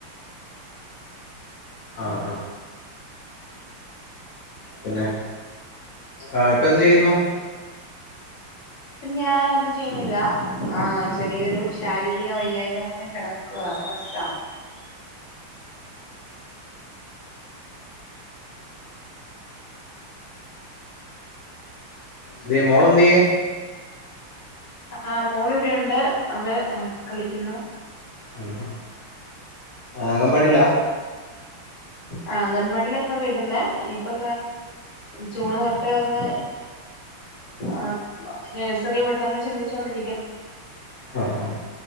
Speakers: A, on the left; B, on the left.
A: ആഹ് ആഹ് പിന്നെ ആഹ് ഇപ്പൊ എന്തിയ്യുന്നു.
B: ഇപ്പ ഞാനൊന്നും ചെയ്യുന്നില്ല ആ ചെറിയൊരു ശാരീരിക വൈകാരിക മൂലം കിടക്കുകയാണ് റെസ്റ്റാണ്.
A: എന്തെ മോള് എന്തി
B: ആ് മോള് ഇവിടെയുണ്ട് അവൾ കളിക്കുന്നു.
A: ഉം അംഗബാടില്ല.
B: ആ അംഗൻവാടില ഇപ്പൊ വിടുന്ന ഇനിയിപ്പൊ ജൂൺ തൊട്ട് ഇന്ന് ആ നേഴ്സറി വിടണമന്ന് ചിന്തിച്ചോണ്ടിരിക്കുന്നു.
A: ആ ഹാ